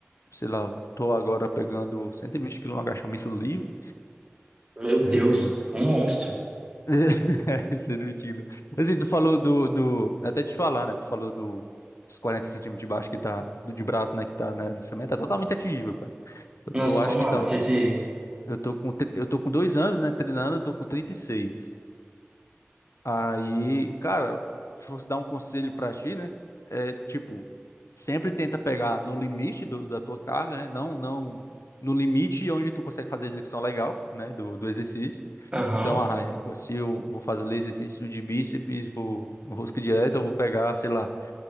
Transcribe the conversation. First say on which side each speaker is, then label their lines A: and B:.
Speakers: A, on the left (about 85°); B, on the right (about 20°).
A: Sei lá, tô agora pegando 120 quilos no agachamento livre.
B: Meu
A: É...
B: Deus, um monstro.
A: <laughs> 120 quilos. Assim, tu falou do, do. Até te falar, né? Tu falou do, dos 40 centímetros de baixo que tá. Do de braço, né? Que tá né, nessa meta. Tá totalmente atingível, cara. Eu
B: Nossa,
A: tô, acho
B: tomara,
A: que tá.
B: porque aqui.
A: Eu tô com, tre- eu tô com dois anos, né? Treinando, eu tô com 36. Aí, cara, se fosse dar um conselho pra ti, né? É tipo, sempre tenta pegar no limite do- da tua carga, né? Não, não no limite onde tu consegue fazer a execução legal, né? Do, do exercício.
B: Aham,
A: Então, arranha. eu- Se eu vou fazer ali exercício de bíceps, vou no rosca direta, eu vou pegar, sei lá,